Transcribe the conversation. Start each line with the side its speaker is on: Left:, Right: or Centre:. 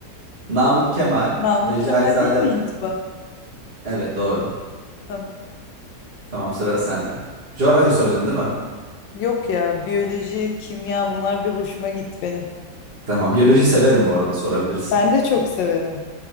Right: Namık Kemal,
Left: Namık
Right: Recaizade...
Left: Kemal değil mi intiba?
Right: Evet doğru.
Left: Tamam.
Right: Tamam sıra sende. Coğrafya soracaksın değil mi?
Left: Yok ya biyoloji, kimya bunlar bir hoşuma gitti benim.
Right: Tamam biyoloji severim bu arada sorabilirsin.
Left: Ben de çok severim.